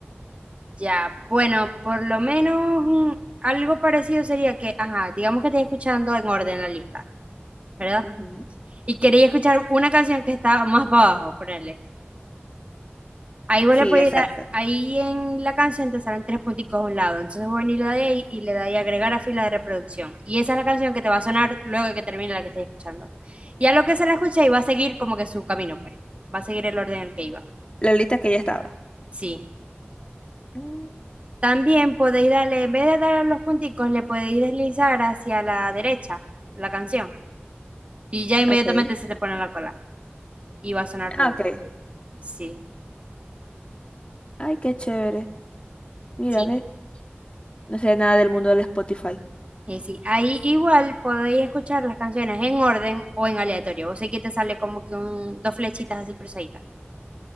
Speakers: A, on the right; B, on the left.
A: Ya, bueno, por lo menos mm, algo parecido sería que, ajá, digamos que estés escuchando en orden la lista, ¿verdad?
B: Ujú.
A: y queréis escuchar una canción que está más para abajo, ponele. Ahí vos
B: Sí,
A: le podéis
B: exacto.
A: dar, ahí en la canción te salen tres punticos a un lado. Entonces vos venís y le dais ahí y le dais agregar a fila de reproducción. Y esa es la canción que te va a sonar luego de que termine la que estés escuchando. Y a lo que se la escucha y va a seguir como que su camino, pues. Va a seguir el orden en el que iba.
B: La lista que ya estaba.
A: Sí.
B: Mm,
A: También podéis darle, en vez de darle los punticos, le podéis deslizar hacia la derecha la canción. Y ya inmediatamente
B: ok.
A: se te pone en la cola. Y va a sonar luego.
B: Ah, ok.
A: Sí.
B: Ay, qué chévere. Mira,
A: Sí.
B: ve. No sé nada del mundo del Spotify.
A: Y sí, ahí igual podéis escuchar las canciones en orden o en aleatorio. Vos sé que te sale como que un, dos flechitas así cruzaditas.